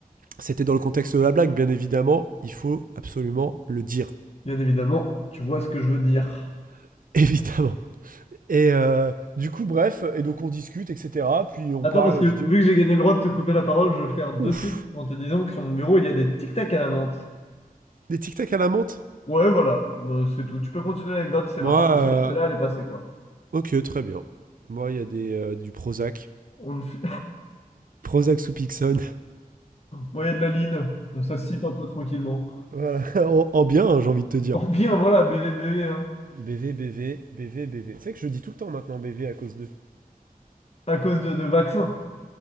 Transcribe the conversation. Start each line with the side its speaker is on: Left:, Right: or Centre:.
Right: C'était dans le contexte de la blague, bien évidemment. Il faut absolument le dire.
Left: Bien évidemment, tu vois ce que je veux dire.
Right: <laughs> Évidemment. Et euh, du coup, bref, et donc on discute, etc. Puis on
Left: Attends,
Right: parle,
Left: parce que vu
Right: je dis
Left: que j'ai gagné le droit de te couper la parole, je vais le faire de
Right: Ouf,
Left: suite en te disant que sur mon bureau, il y a des tic-tac à la menthe.
Right: des tic-tac à la menthe
Left: Ouais, voilà, Bah, c'est tout. Tu peux continuer l'anecdote, c'est
Right: Moi,
Left: l'information,
Right: euh,
Left: elle était là, elle est passée, quoi.
Right: ok, très bien. Moi, il y a des, euh, du Prozac.
Left: On ne fi-
Right: Prozac sous Pixon.
Left: Bon, il y a de la ligne. Ça se cite un peu tranquillement.
Right: Voilà, <laughs> en, en bien, hein, j'ai envie de te dire.
Left: En bien, voilà, bébé, bébé, hein.
Right: BV, BV, BV, BV. C'est vrai que je dis tout le temps maintenant BV à cause de.
Left: À cause de, de vaccins.